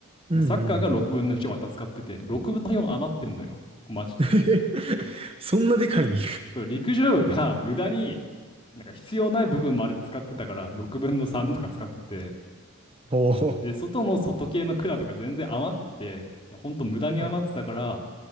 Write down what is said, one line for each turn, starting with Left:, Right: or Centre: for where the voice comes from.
Right: うんうんうん。
Left: サッカーが6分の1をまた使ってて、6分の4余ってんのよ。マジで。
Right: <laughs> そんなでかいんや。
Left: そう、陸上部が無駄に、なんか必要ない部分まで使ってたから、6分の3とか使ってて、
Right: おー。
Left: で、外の外系のクラブが全然余ってて、ほんと無駄に余ってたから、
Right: はい。